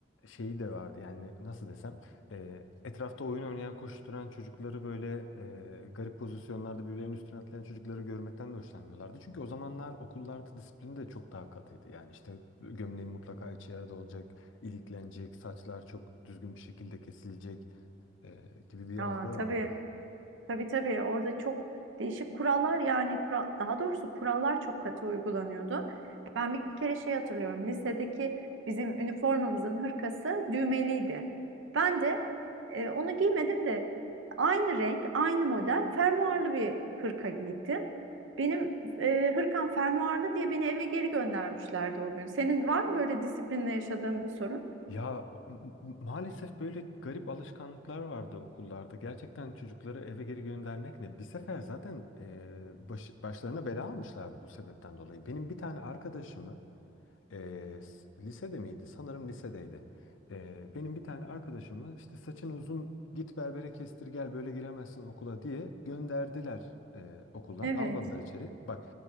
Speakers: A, on the left; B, on the right.
A: şeyi de vardı. Yani nasıl desem, e, etrafta oyun oynayan, koşturan çocukları böyle e, garip pozisyonlarda birbirlerinin üstüne atlayan çocukları görmekten de hoşlanmıyorlardı. Çünkü o zamanlar okullarda disiplin de çok daha katıydı. Yani işte gömleğin mutlaka içi yerde olacak, iliklenecek, saçlar çok düzgün bir şekilde kesilecek e, gibi bir algı
B: Aa
A: da
B: tabii.
A: vardı.
B: Tabii tabii orada çok değişik kurallar yani kura- daha doğrusu kurallar çok katı uygulanıyordu. Ben bir kere şey hatırlıyorum lisedeki bizim üniformamızın hırkası düğmeliydi. Ben de e, onu giymedim de aynı renk aynı model fermuarlı bir hırka giydim. Benim e, hırkam fermuarlı diye beni eve geri göndermişlerdi o gün. Senin var mı böyle disiplinle yaşadığın bir sorun?
A: Ya m- m- maalesef böyle garip alışkanlıklar vardı okullarda. Gerçekten çocukları eve geri göndermek ne? Bir sefer zaten e, baş- başlarına bela almışlardı bu sebepten dolayı. Benim bir tane arkadaşımı e, s- lisede miydi? Sanırım lisedeydi. E, benim bir tane arkadaşımı işte saçın uzun git berbere kestir gel böyle giremezsin okula diye gönderdiler e, okuldan.
B: Evet,
A: Almadılar içeri. Bak